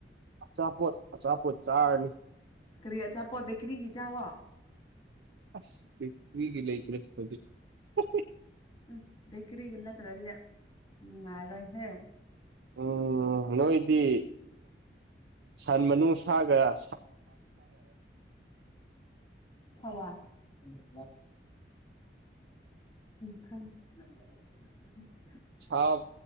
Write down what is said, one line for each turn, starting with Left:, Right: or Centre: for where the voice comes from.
Right: ꯑꯆꯥꯄꯣꯠ ꯑꯆꯥꯄꯣꯠ ꯆꯥꯔꯅꯤ꯫
Left: ꯀꯔꯤ ꯑꯆꯥꯄꯣꯠ ꯕꯦꯀ꯭ꯔꯤꯒꯤ ꯆꯥꯎꯋꯣ꯫
Right: ꯑꯁ ꯕꯦꯀ꯭ꯔꯤꯒꯤ ꯂꯩꯇ꯭ꯔꯦ ꯍꯧꯖꯤꯛ <unintelligible>
Left: ꯎꯝ ꯕꯦꯀ꯭ꯔꯤꯒꯤ ꯅꯠꯇ꯭ꯔꯗꯤ ꯅꯨꯡꯉꯥꯏꯔꯣꯏꯍꯦ
Right: ꯎꯝ ꯅꯣꯏꯗꯤ ꯁꯟ ꯃꯅꯨꯡ ꯁꯥꯒ
Left: ꯍꯋꯥ ꯎꯝ ꯈꯪꯉꯦ <unintelligible>
Right: ꯁꯥꯎꯠ